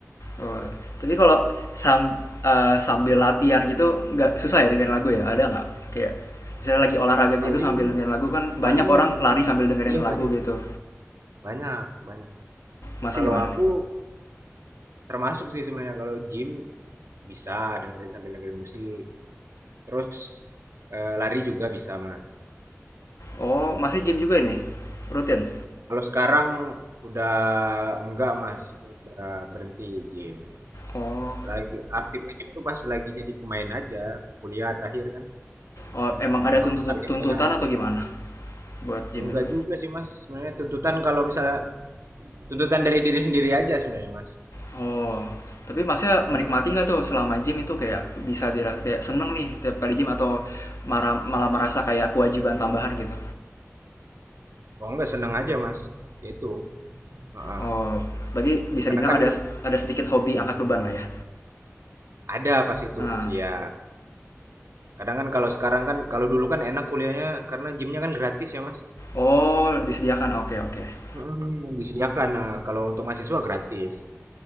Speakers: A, on the left; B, on the right.
A: Oh, tapi kalau sam, eh, sambil latihan gitu nggak susah ya dengerin lagu ya? Ada nggak? Kayak misalnya lagi olahraga gitu
B: paling
A: sambil dengerin lagu kan banyak
B: paling
A: orang lari sambil dengerin
B: iya
A: lagu
B: banyak
A: gitu.
B: banyak banyak
A: Masih
B: kalau
A: gimana?
B: aku termasuk sih sebenarnya kalau gym bisa dengerin sambil dengerin musik terus eh, lari juga bisa mas
A: Oh, masih gym juga ini? Rutin?
B: Kalau sekarang udah enggak, Mas, udah berhenti gym.
A: Oh,
B: Lagi aktifnya gym tuh pas lagi jadi pemain aja, kuliah terakhir kan.
A: oh emang ada
B: Memang
A: tuntut
B: targetnya
A: tuntutan atau gimana buat gym
B: enggak
A: itu?
B: juga sih, Mas. Sebenarnya tuntutan kalau misalnya tuntutan dari diri sendiri aja sebenarnya, Mas.
A: Oh, tapi masnya
B: Mm.
A: menikmati nggak tuh selama gym itu kayak bisa dirasa kayak seneng nih tiap kali gym atau marah, malah merasa kayak kewajiban tambahan gitu?
B: Oh, enggak seneng aja, Mas. Ya Itu. Heeh.
A: Oh, berarti bisa
B: Karena
A: dibilang
B: kan
A: ada ada sedikit hobi angkat beban lah ya.
B: ada pas itu,
A: Nah,
B: Mas. Iya. Kadang kan kalau sekarang kan kalau dulu kan enak kuliahnya karena gymnya kan gratis ya, Mas.
A: oh disediakan. Oke, oke.
B: Mm, disediakan. Nah, kalau untuk mahasiswa gratis.